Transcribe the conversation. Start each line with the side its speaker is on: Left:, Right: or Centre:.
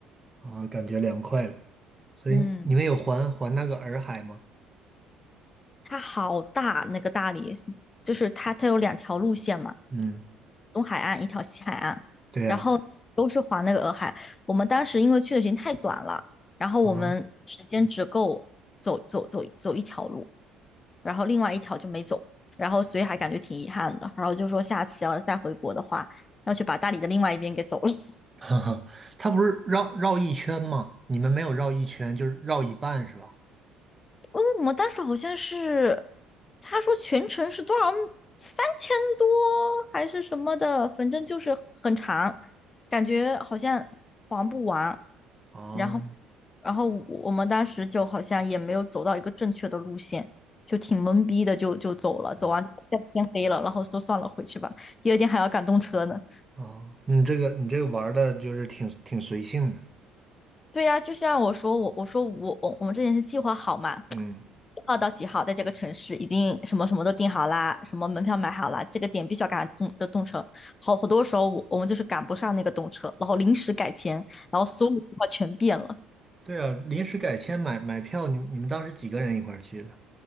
Right: 啊，感觉凉快了。所以你们有环环那个洱海吗？
Left: 嗯。它好大，那个大理就是它，它有两条路线嘛，
Right: 嗯，
Left: 东海岸一条西海岸，
Right: 对呀，
Left: 然后都是环那个洱海。我们当时因为去的时间太短了，然后我们时间只够走走走走一条路，
Right: 啊，
Left: 然后另外一条就没走，然后所以还感觉挺遗憾的。然后就说下次要是再回国的话，要去把大理的另外一边给走了。
Right: <laughs> 哈哈，它不是绕绕一圈吗？你们没有绕一圈，就是绕一半是吧？
Left: 嗯，我们当时好像是，他说全程是多少，三千多还是什么的，反正就是很长，感觉好像还不完。
Right: 啊
Left: 然后，然后我我们当时就好像也没有走到一个正确的路线，就挺懵逼的就，就走了。走完就天黑了，然后说算了，回去吧。第二天还要赶动车呢。
Right: 啊，你这个你这个玩的就是挺挺随性的。
Left: 对呀，就像我说，我我说我我我们之前是计划好嘛，
Right: 嗯，
Left: 几号到几号在这个城市，已经什么什么都订好啦，什么门票买好啦，这个点必须要赶上动的动车。好好多时候我我们就是赶不上那个动车，然后临时改签，然后所有的计划全变了。
Right: 对啊，临时改签买买票，你你们当时几个人一块儿去的？